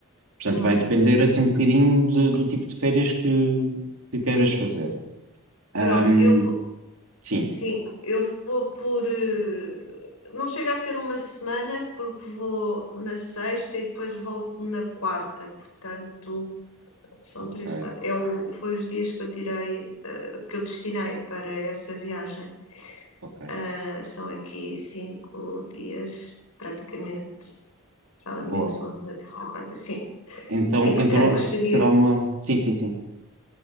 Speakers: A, on the right (about 65°); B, on the left (about 80°).
A: Portanto,
B: Hum,
A: vai depender assim um bocadinho de- do tipo de férias que, que queiras fazer. Ahm,
B: Pronto, eu
A: sim,
B: Sim, eu vou por. eh, Não chega a ser uma semana, porque vou na sexta e depois volto na quarta. Portanto, são
A: ok,
B: três, quatro. É o, foi os dias que eu tirei, eh, que eu destinei para essa viagem.
A: ok.
B: Ah, são aqui cinco dias, praticamente. Sábado,
A: Boa.
B: domingo, segunda, terça, quarta. Sim.
A: Então,
B: E, portanto,
A: então
B: gostaria.
A: será uma. Sim, sim, sim.